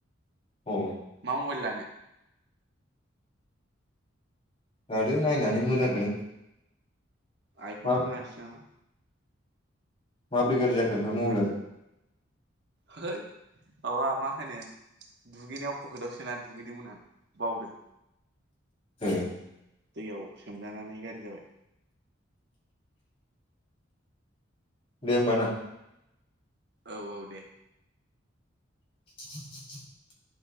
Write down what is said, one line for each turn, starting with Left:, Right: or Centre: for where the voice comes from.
Left: अ
Right: मा मबाइल लानो?
Left: लादो नायनानै मोजांखौनो।
Right: आइफनखौ
Left: मा
Right: लानोसै नामा?
Left: माबोरै गाज्रि जाखो ओमफ्राय मबाइल आलाय
Right: है माबा मा होनो दुगैनायाव पकेटाव सोना दुगैदोंमोन आं बावदों
Left: ए।
Right: दैयाव सोमजानानै गाज्रि जाबाय।
Left: दे होमबा ना।
Right: औ औ दे।
Left: <inaudible>